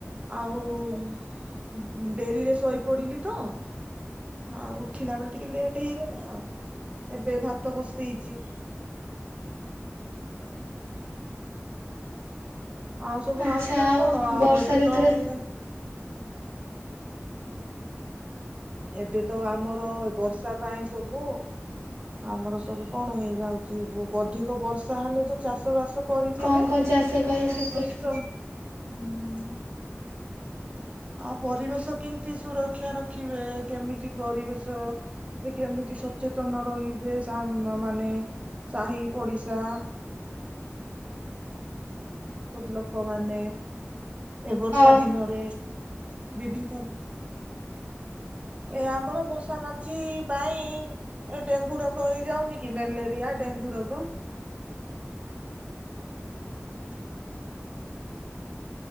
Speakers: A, on the right (about 25°); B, on the right (about 85°).
A: ଆଉ ଓ ଡେରିରେ ଶୋଇପଡିଲି ତ। ହଁ ଉଠିଲା ବେଳେ ଟିକେ ଲେଟ ଗୋଟେ ହେଇଗଲା ଆଉ ଏବେ ଭାତ ବସେଇଚି। ଆଉ ସବୁ
B: ଆଚ୍ଛା
A: ହାଲଚାଲ କଣ ଆଉ
B: ବର୍ଷା
A: ଏବେ
B: ଋତୁରେ
A: ତ ପୁରା ଏବେ ତ ଆମର ବର୍ଷା ପାଇଁ ସବୁ ଆମର ସବୁ କଣ ହେଇଯାଉଛି ଅଧିକ ବର୍ଷା ହେଲେ ଯୋଉ ଚାଷ ବାସ କରିଥିବେ
B: କଣ କଣ ଚାଷ କର
A: ସବୁ
B: ସେପଟେ?
A: ନଷ୍ଟ ହୁଁ। ଆଉ ପରିବେଶ କେମତି ସୁରକ୍ଷା ରଖିବେ କେମିତି ପରିବେଶ ଯେ କେମିତି ସଚେତନ ରହିବେ ମାନେ ସାହି ପଡ଼ିଶା
B: <unintelligible>
A: ସବୁ ଲୋକ ମାନେ ଏ ବର୍ଷା
B: ହଁ
A: ଦିନରେ ବିଭିନ୍ନ
B: <unintelligible>
A: ଏ ଆମର ମଶା ମାଛି ପାଇଁ ଏ ଡେଙ୍ଗୁ ରୋଗ ହେଇଯାଉନି କି ମ୍ୟାଲେରିଆ ଡେ ଡେଙ୍ଗୁ ରୋଗ।
B: <unintelligible>
A: <unintelligible>